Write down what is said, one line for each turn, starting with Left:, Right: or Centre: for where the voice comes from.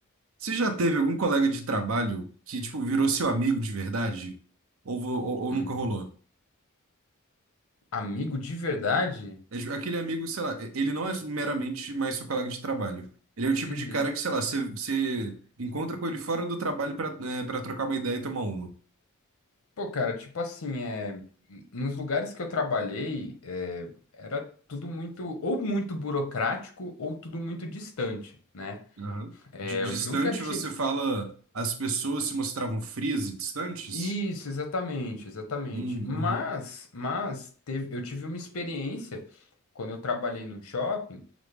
Right: Você já teve algum colega de trabalho que, tipo, virou seu amigo de verdade? Ou, vo- ou, ou
Left: Hum.
Right: nunca rolou?
Left: Amigo de verdade?
Right: É, tipo, aquele amigo, sei lá, ele não é meramente mais seu colega de trabalho. Ele é o tipo
Left: Uhum.
Right: de cara que, sei lá, você você encontra com ele fora do trabalho para para trocar uma ideia e tomar uma.
Left: Pô, cara, tipo assim, é... n- nos lugares que eu trabalhei, é, era tudo muito, ou muito burocrático, ou tudo muito distante, né?
Right: Aham.
Left: É,
Right: Di- Distante,
Left: eu nunca cheguei.
Right: você fala as pessoas se mostravam frias e distantes?
Left: Isso, exatamente, exatamente.
Right: Hum,
Left: Mas,
Right: uhum.
Left: mas teve, eu tive uma experiência quando eu trabalhei num shopping.